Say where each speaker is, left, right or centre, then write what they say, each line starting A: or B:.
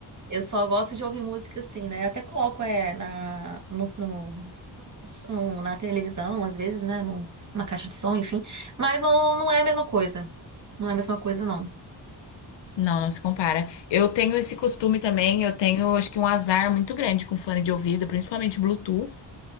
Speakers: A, on the right (about 40°); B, on the left (about 70°).
A: eu só gosto de ouvir música assim, né? Eu até coloco é, na, no, no- no- na televisão, às vezes, né? no- Numa caixa de som, enfim. Mas não, não é a mesma coisa. Não é a mesma coisa, não.
B: Não, não se compara. Eu tenho esse costume também, eu tenho, acho que um azar muito grande com fone de ouvido, principalmente Bluetooth.